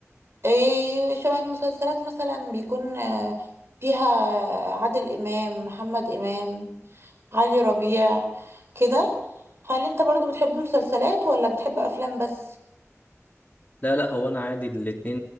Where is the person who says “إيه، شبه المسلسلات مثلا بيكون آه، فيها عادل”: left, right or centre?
Right